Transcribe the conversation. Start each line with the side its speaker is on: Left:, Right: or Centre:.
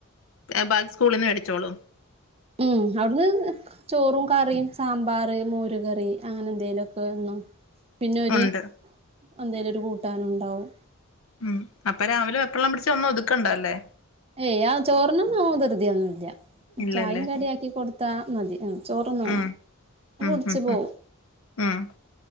Left: എ ബാക്കി സ്കൂളിന്ന് മേടിച്ചോളോ
Right: ഉം അവിട്ന്ന് ചോറും കറിയും സാമ്പാർ മോരുകറി അങ്ങനെന്തെലൊക്കെന്നും പിന്നൊര്
Left: ഉണ്ട്
Right: എന്തേലൊര് കൂട്ടാനുണ്ടാവും
Left: ഉം അപ്പ രാവിലെ വെപ്രാളം പിടിച്ച് ഒന്നും ഒതുക്കണ്ട ല്ലേ
Right: ഏയ് ആ ചോറിനൊന്നും ധൃതിയൊന്നും ഇല്ല
Left: ഇല്ലല്ലേ
Right: ചായും കടിയാക്കി കൊടുത് ത മദി ആഹ് ചോറൊന്നും
Left: ഉം ഉം
Right: ടിച്ചു
Left: ഉം
Right: പോവും
Left: ഉം ഉം